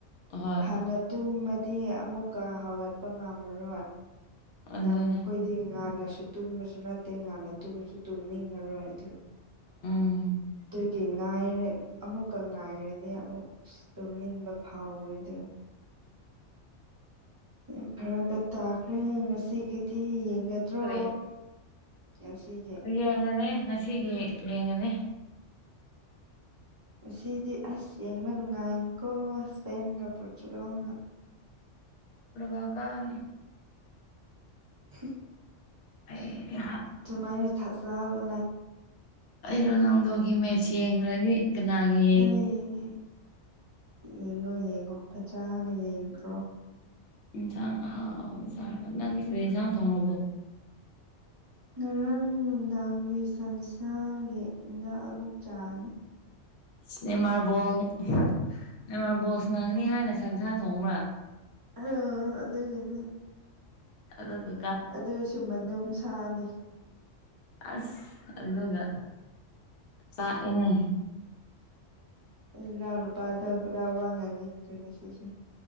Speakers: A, on the left; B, on the right.
A: ꯍꯣꯏ
B: ꯍꯥꯟꯅ ꯇꯨꯝꯃꯗꯤ ꯑꯃꯨꯛꯀ ꯍꯧꯒꯠꯄ ꯉꯝꯃꯔꯣꯏ
A: ꯑꯗꯨꯅꯤ
B: ꯌꯥꯝ ꯑꯩꯈꯣꯏꯗꯤ ꯉꯥꯟꯅꯁꯨ ꯇꯨꯝꯕꯁꯨ ꯅꯠꯇꯦ ꯉꯥꯟꯅ ꯇꯨꯝꯕꯁꯨ ꯇꯨꯝꯅꯤꯡꯉꯔꯣꯏ ꯑꯗꯨ
A: ꯎꯝ
B: ꯑꯗꯨꯒꯤ ꯉꯥꯏꯔ ꯑꯃꯨꯛꯀ ꯉꯥꯏꯔꯗꯤ ꯑꯃꯨꯛ ꯇꯨꯝꯅꯤꯡꯕ ꯐꯥꯎꯋꯦꯗ ꯌꯥꯝ ꯐꯔꯕꯠꯇꯈ꯭ꯔꯦ ꯁꯤꯒꯤꯗꯤ ꯌꯦꯡꯒꯗ꯭ꯔꯣ
A: ꯀꯔꯤ
B: ꯉꯁꯤꯒꯤ
A: ꯌꯦꯡꯉꯅꯤ ꯉꯁꯤꯒꯤ ꯌꯦꯡꯉꯅꯤ
B: ꯁꯤꯗꯤ ꯑꯁ ꯌꯦꯡꯕ ꯅꯨꯡꯉꯥꯏꯅꯤꯀꯣ ꯍꯁꯄꯦꯟꯒ ꯄꯣꯔꯆꯨꯒꯅ
A: ꯏ ꯀ ꯀꯥꯅꯤ
B: <unintelligible>
A: ꯑꯩ
B: ꯇꯨꯃꯥꯏꯅ ꯊ ꯆꯥꯕꯂꯣ
A: ꯑꯩ ꯔꯣꯅꯥꯜꯗꯣꯒꯤ ꯃꯦꯠꯆ ꯌꯦꯡꯈ꯭ꯔꯅꯤ ꯅꯥꯒꯤ
B: ꯅꯣꯏ ꯌꯦꯡꯉꯦ ꯌꯦꯡꯉꯣ ꯌꯦꯡꯉꯣ ꯐꯖꯥꯅ ꯌꯦꯡꯈ꯭ꯔꯣ
A: ꯌꯦꯟꯁꯥꯡ ꯑꯍꯥꯎꯕ ꯆꯥꯔꯒ ꯅꯪꯒꯤꯁꯤꯗ ꯏꯟꯁꯥꯡ ꯊꯣꯡꯉꯔꯕꯣ
B: ꯉꯔꯥꯡ ꯅꯨꯡꯗꯥꯡꯒꯤ ꯁꯟꯁꯥꯒꯤꯟꯗꯥꯛ ꯑꯃꯨꯛ ꯆꯥꯔꯅꯤ
A: ꯅꯅꯤꯃꯥꯕꯣꯅꯤꯃꯥꯔꯕꯣꯁ ꯅꯥꯡꯅꯤ ꯍꯥꯏꯅ ꯁꯟꯁꯥ ꯊꯣꯡꯕ꯭ꯔꯥ
B: ꯑꯥ ꯑꯗꯨꯗꯒꯅꯤ
A: ꯑꯗꯨ
B: ꯑꯗꯨꯏꯁꯨ ꯃꯅꯨꯡ ꯁꯥꯅꯤ
A: ꯑꯁ ꯑꯗꯨꯒ ꯆꯥꯛꯏꯅꯦ
B: ꯎꯝ ꯏ ꯂ ꯄꯗꯈꯔꯥꯎ ꯋꯥ ꯉꯅꯤꯁꯤ